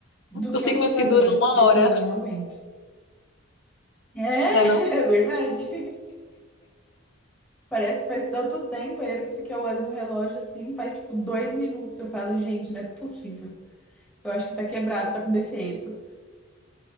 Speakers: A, in the centre; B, on the left (about 60°).
A: do
B: Os
A: que
B: cinco
A: eu tô
B: minutos
A: fazendo,
B: que duram uma
A: porque
B: hora,
A: senão eu não aguento. É,
B: né, não?
A: <laughs> é verdade. Parece que faz tanto tempo, aí a hora que você- que eu olho no relógio assim, faz tipo dois minutos. Eu falo, gente, não é possível. Eu acho que tá quebrado, tá com defeito.